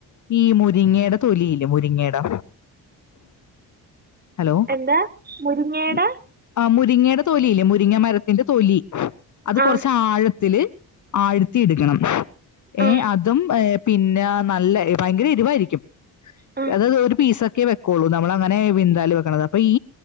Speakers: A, on the left; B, on the right.
A: ഈ മുരിങ്ങേടെ തൊലിയില്ലെ മുരിങ്ങേടെ ഹലോ
B: എന്താ മുരിങ്ങയുടെ
A: ഉം അ മുരിങ്ങയുടെ തൊലി ഇല്ലേ മുരിങ്ങ മരത്തിന്റെ തൊലി അത്
B: ആ
A: കൊറച്ച് ആഴത്തില് ആഴ്ത്തി ഇടുക്കണം ഏ
B: ആ
A: അതും ഏ പിന്നെ നല്ല ഭയങ്കര എരുവായിരിക്കും
B: ആ ആ
A: അതായത് ഒരു പീസ് ക്കി വെക്കൊള്ളൂ നമ്മളങ്ങനെ വിൻ ന്ദാലു വെക്കണത് അപ്പൊ ഈ